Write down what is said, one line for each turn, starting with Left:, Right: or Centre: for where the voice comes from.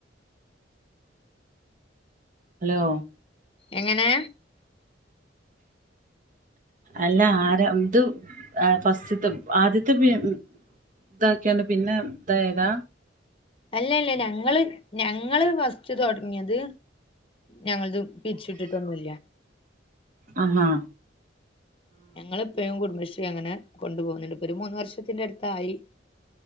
Right: ഹലോ
Left: എങ്ങനെ
Right: അല്ല ആരാ ഇത് ഫസ്റ്റ്ത്ത് ആദ്യത്തെ പി ഇതാക്കിയാണ് പിന്നെ ഇത ഏതാ
Left: അല്ല അല്ലേ ഞങ്ങള് ഞങ്ങള് പ തുടങ്ങിയത് ഞങ്ങളത് പിരിച്ച ഇട്ടിട്ടൊന്നുമില്ല
Right: ആഹ
Left: ഞങ്ങ ഇപ്പും കുടുംബശ്രീ അങ്ങനെ കൊണ്ടു പോോകുന്നുണ്ട് ഇപ്പൊ ഒരു മൂന്ന് വർഷത്തിന്റെ അടുത്തായി